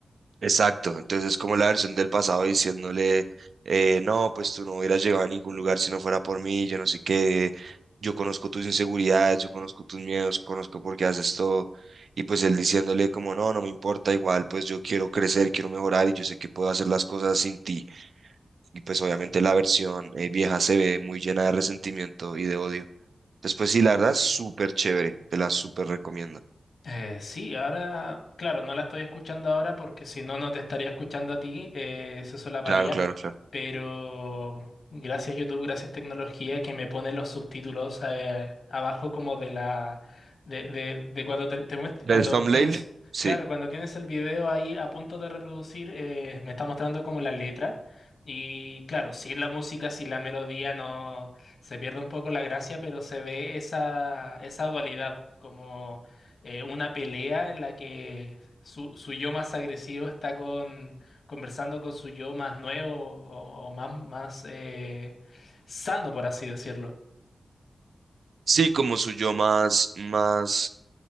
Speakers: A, on the right (about 70°); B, on the left (about 70°).
A: Exacto, entonces es como la versión del pasado diciéndole, eh, no, pues tú no hubieras llegado a ningún lugar si no fuera por mí, yo no sé qué, yo conozco tus inseguridades, yo conozco tus miedos, conozco por qué haces todo, y pues él diciéndole como, no, no me importa, igual, pues yo quiero crecer, quiero mejorar y yo sé que puedo hacer las cosas sin ti, y pues obviamente la versión eh, vieja se ve muy llena de resentimiento y de odio. Entonces, pues sí, la verdad, súper chévere, te la súper recomiendo.
B: Eh, sí, ahora, claro, no la estoy escuchando ahora porque si no, no te estaría escuchando a ti, eh, se solaparía,
A: Claro, claro, claro.
B: pero gracias YouTube, gracias tecnología que me pone los subtítulos eh, abajo como de la, de, de, de cuando te, te muest-
A: ¿Del
B: cuando
A: Thumbnail?
B: tienes,
A: Sí.
B: claro, cuando tienes el video ahí a punto de reproducir, eh, me está mostrando como la letra y claro, sin la música, sin la melodía, no, se pierde un poco la gracia, pero se ve esa, esa dualidad, como eh, una pelea en la que su, su yo más agresivo está con, conversando con su yo más nuevo o, o más, más eh, sano, por así decirlo.
A: Sí, como su yo más, más,